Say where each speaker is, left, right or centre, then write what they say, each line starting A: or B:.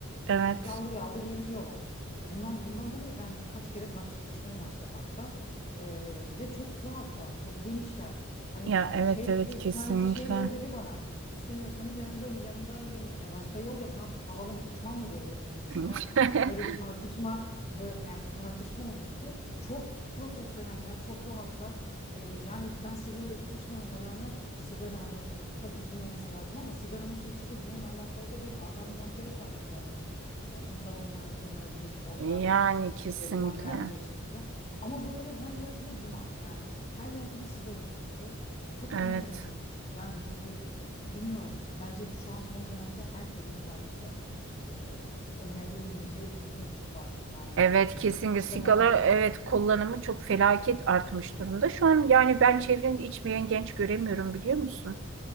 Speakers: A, on the right (about 60°); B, on the left (about 30°).
A: evet.
B: Yaldır yaldır yürüyorlar. Bundan bundan dolayı ben kaç kere tartışmışlığım var sokakta. Ee, ve çok rahatlar, çok genişler. Hani
A: Ya evet,
B: şey
A: evet
B: bir,
A: kesinlikle.
B: bir tanesi şey bile dedi bana. İstemiyorsanız yanımda yanımdan yürümeyin. E başka yol yok. Ne yapayım? Havalanıp uçmam mı gerekiyor gibisinden.
A: <laughs>
B: Böyle bir tartışma böyle yani bir tartışma olmuştu. Çok profesyoneller, çok rahatlar. Ee, yani ben sigara içmememe rağmen e, sigara hani Tabii içilmemesi lazım ama sigara nasıl içilir bununla alakalı da bir adam muaşeret vermek lazım. Bir, yani insan olmayan bir kenara gidip orada
A: Yani
B: işte kimseye
A: kesinlikle.
B: duman gelmeyecek şekilde. Ama böyle her yer bir duman. Yani her yerde bir sigara kokusu. Çok
A: Evet.
B: enteresan. Yani bu, bu bilmiyorum. Bence şu an son dönemde herkesin özellikle e, engelleyemeyeceği bu tehdit var. Yani
A: Evet
B: biz
A: kesinlikle
B: bunu bize
A: sigara
B: bağlı değil
A: evet
B: çünkü.
A: kullanımı çok felaket artmış durumda. Şu an yani ben çevrende içmeyen genç göremiyorum biliyor musun?